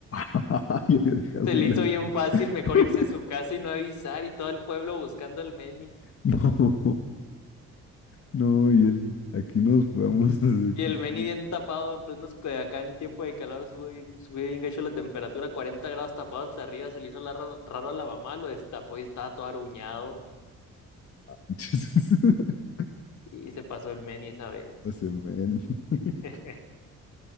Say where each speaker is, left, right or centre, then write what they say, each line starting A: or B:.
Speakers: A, on the left; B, on the left.
A: <laughs> Ah, yo había dejado
B: Se
A: ahí
B: le
A: la...
B: hizo bien fácil
A: <laughs>
B: mejor irse a su casa y no avisar y todo el pueblo buscando al Meni.
A: No, no, y él, aquí nos vamos, aquí...
B: Y el
A: es-
B: Meni bien tapado, en plenos, que acá en tiempo de calor sube bien, sube bien gacho la temperatura, 40 grados tapado hasta arriba, se le hizo la- raro a la mamá, lo destapó y estaba todo aruñado.
A: <laughs>
B: Y se pasó el Meni esa vez.
A: O sea, man. <laughs>
B: <laughs>